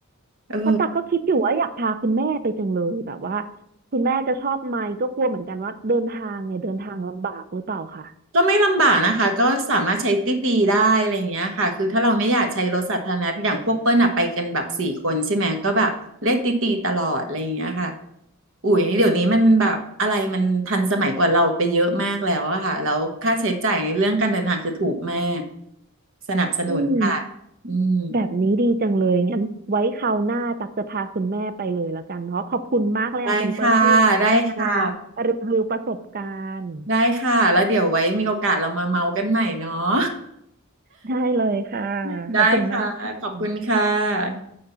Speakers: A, on the right; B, on the right.
A: เออ
B: เพราะตักก็คิดอยู่ว่าอยากพาคุณแม่ไปจังเลยแบบว่าคุณแม่จะชอบไหมก็กลัวเหมือนกันว่าเดินทางเนี่ยเดินทางลำบากหรือเปล่าค่ะ
A: ก็ไม่ลำบากนะคะก็สามารถใช้ตี้ตีได้อะไรอย่างเงี้ยค่ะคือถ้าเราไม่อยากใช้รถสาธารณะอย่างพวกเปิ้ลอะไปกันแบบสี่คนใช่ไหมก็แบบเรียกตี้ตีตลอดอะไรอย่างเงี้ยค่ะอุ๋ยเดี๋ยวนี้มันแบบอะไรมันทันสมัยกว่าเราไปเยอะมากแล้วอะค่ะแล้วค่าใช้จ่ายในเรื่องการเดินทางคือถูกมากสนับสนุนค่ะ
B: อืม
A: อืม
B: แบบนี้ดีจังเลยงั้นไว้คราวหน้าตักจะพาคุณแม่ไปเลยแล้วกันเพราะขอบคุณมากเลยค่ะคุณเปิ้ลที่มา
A: ได้ค่ะได้ค่ะ
B: รีวิวประสบการณ์
A: ได้ค่ะแล้วเดี๋ยวไว้มีโอกาสเรามาเมากันใหม่เนาะ
B: ได้เลยค่ะ
A: <laughs> ได้ค่ะขอบคุณค่ะ
B: ขอบคุณมากค่ะ